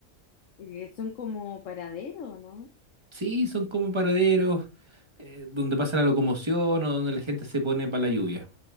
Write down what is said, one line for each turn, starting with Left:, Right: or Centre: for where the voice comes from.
Left: Eh, Son como paraderos, ¿no?
Right: Sí, son como paraderos eh, donde pasa la locomoción o donde la gente se pone para la lluvia.